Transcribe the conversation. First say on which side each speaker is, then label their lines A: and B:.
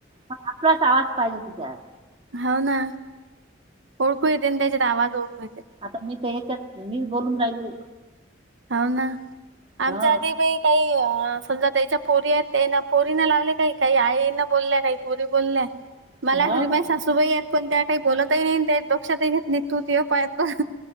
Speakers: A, on the right; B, on the right.
A: पन आपलाच आवाज पाहिजे तिच्यात.
B: हाव ना. ओळखू येते ना त्याच्यात आवाज ओळखू येतेन.
A: आता मी तर हेच्यात, मी बोलून राहिलो.
B: हाव ना. आमच्या
A: हा
B: आधी बई काही समजा त्याच्या पोरी आहेत त्या, ना पोरीन लावले काही काही आईनं बोलल्या काही पोरी बोलल्या.
A: <inaudible>
B: मला अ घरी
A: का
B: माई सासूबाई येत पण त्या काही बोलतही नाही, त्या दोक्षातही घेत नाही तू तुय पायत बस.